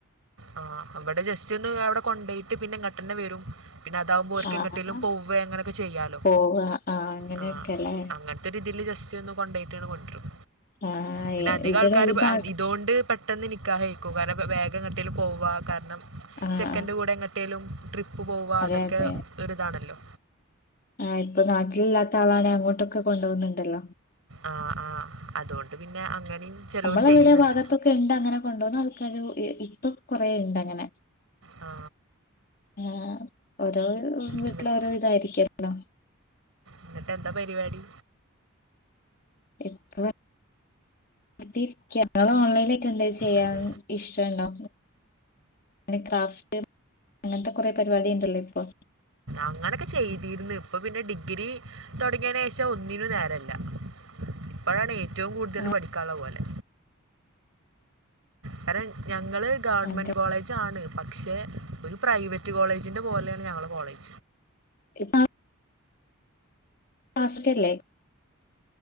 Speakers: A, on the right; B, on the left.
A: ആ അവിടെ ജസ്റ്റ് ഒന്ന് അവിടെ കൊണ്ടോയിട്ട് പിന്നെ ഇങ്ങട്ടന്നെ വരും പിന്നെ അതാവുമ്പോ ഒർക്ക്
B: ആഹ്
A: എങ്ങേട്ടെലും പോവേ അങ്ങനെയൊക്കെ ചെയ്യാലോ
B: പോവ ആഹ് അങ്ങനെയൊക്കെല്ലേ
A: ആ അങ്ങനത്തെ ഇതില് ജസ്റ്റ് ഒന്ന് കൊണ്ടയിട്ട് കൊണ്ടരും
B: ആഹ്
A: പിന്നെ അധികം
B: ഇവിടെ
A: ആൾക്കാര്
B: ഈ ഭാഗ
A: ഇതൊണ്ട് പെട്ടെന്ന് നിക്കാഹ് കഴിക്കും കാരണം പ്പം വേഗങ്ങട്ട് കേലും പോവാ കാരണം
B: ആഹ്
A: ചെക്കൻറെ
B: ആഹ്
A: കൂടെ എങ്ങോട്ടേലും ട്രിപ്പ് പോവാ
B: അതെ
A: അതൊക്കെ
B: അതെ
A: ഒരുതാണല്ലോ
B: ആ ഇപ്പൊ നാട്ടില് ല്ലാത്ത ആളാണ് അങ്ങോട്ടൊക്കെ കൊണ്ടോന്ന്ണ്ടല്ലോ
A: ആ ആ അതുകൊണ്ട് പിന്നെ അങ്ങനെയും ചിലവർ
B: നമ്മൾ
A: ചെയ്യുന്നുണ്ട്
B: അവിടെ ഭാഗത്തൊക്കെ ണ്ട് അങ്ങനെ കൊണ്ടുവുന്ന ആൾക്കാർ ഇപ്പൊ കൊറെ ഇണ്ട് അങ്ങനെ
A: ആ
B: ആ ഓരോ വീട്ടില്
A: എന്നിട്ട്
B: ഓരോ ഇതായിരിക്കല്ലോ
A: എന്നിട്ട് എന്താ പരിപാടി
B: ഇപ്പ വീട്ടില് ഇരിക്കാ നിങ്ങള് ഓൺലൈനായിറ്റ് എന്തേലും ചെയ്യാൻ
A: അതെ
B: ഇഷ്ടണ്ടോ ക്രാഫ്റ്റ് അങ്ങനത്തെ കൊറെ പരിപാടി ഉണ്ടല്ലോ ഇപ്പൊ
A: അങ്ങനൊക്കെ ചെയ്തിര്ന്ന് ഇപ്പൊ പിന്നെ ഡിഗ്രി തുടങ്ങിയതിന് ശേഷം ഒന്നിനും നേരല്ല ഇപ്പോഴാണ് ഏറ്റവും കൂടുതൽ
B: ആ,
A: പഠിക്കാനുള്ള പോലെ കാരണം ഞ ഞങ്ങള് ഗവൺമെന്റ്
B: അതെ
A: കോളേജാണ് പക്ഷേ ഒരു പ്രൈവറ്റ് കോളജിന്റെ പോലെയാണ് ഞങ്ങളെ കോളജ്
B: ഇപ്പ ക്ലാസൊക്കെല്ലെ